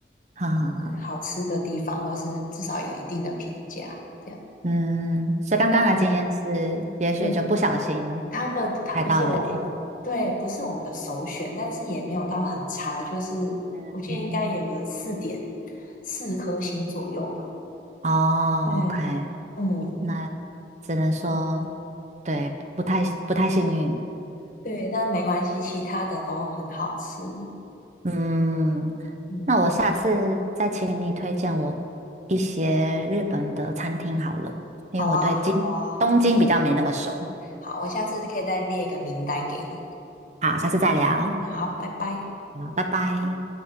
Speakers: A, on the right; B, on the left.
A: 哈哈哈，
B: 嗯，好吃的地方或是至少有一定的评价这样。
A: 嗯，所以刚刚的经验是，
B: 那
A: 也许就不小心
B: 我他们他不是我们对，
A: 踩到雷。
B: 不是我们的首选，但是也没有到很差，就是我记得应该有个四点
A: 嗯嗯。
B: 四颗星左右吧。
A: 哦，OK，
B: 对，嗯，
A: 那只能说，对，不太不太幸运。
B: 对，但没关系，其他的都很好吃。
A: 嗯，
B: 嗯，
A: 那我下次再请你推荐我一些日本的餐厅好了，因为我对京东京比较没那么熟。
B: 好啊，好啊，好，我下次可以再列一个名单给你。
A: 好，下次再聊。好，
B: 嗯好，拜拜。
A: 拜拜。